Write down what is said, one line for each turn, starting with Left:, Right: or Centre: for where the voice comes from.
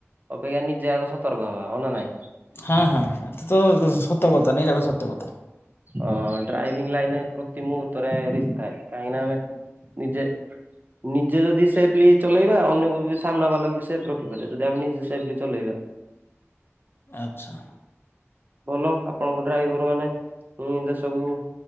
Right: ଅପେକ୍ଷା ନିଜେ ଆଗ ସତର୍କ ହବା ହଁ ନା ନାଇଁ।
Left: ହଁ ହଁ ଏତେ ତ ସତ୍ୟ କଥା ନିରାଟ ସତ୍ୟ କଥା
Right: ଅ ଡ୍ରାଇଭିଂ ଲାଇନନେ ପ୍ରତି ମୁହୂର୍ତ୍ତରେ ରିସ୍କ ଥାଏ, କାହିଁକି ନାଁ ଆମେ ନିଜେ ନିଜେ ଯଦି ସେଫଲି ଚଲେଇବା ଅନ୍ୟକୁ ବି ସାମ୍ନା ବାଲାକୁ ବି ସେଫ୍ ରଖିପାରିବା, ଯଦି ଆମେ ନିଜେ ସେଫଲି ଚଲେଇବା।
Left: ଆଚ୍ଛା।
Right: ଭଲ ଆପଣଙ୍କ ଡ୍ରାଇଭର ମାନେ ଉଁ ଦେଶକୁ